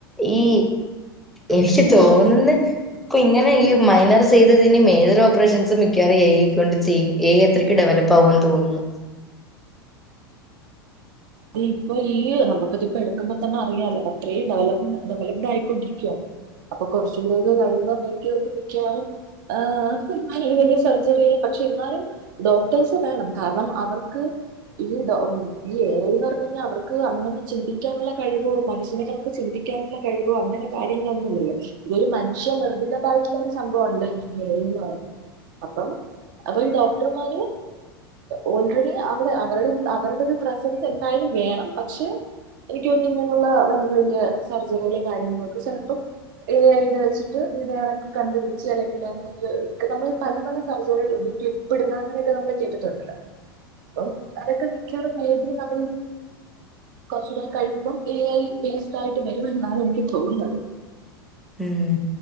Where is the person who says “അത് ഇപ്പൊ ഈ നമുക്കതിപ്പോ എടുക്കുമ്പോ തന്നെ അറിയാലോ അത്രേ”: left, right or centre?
Right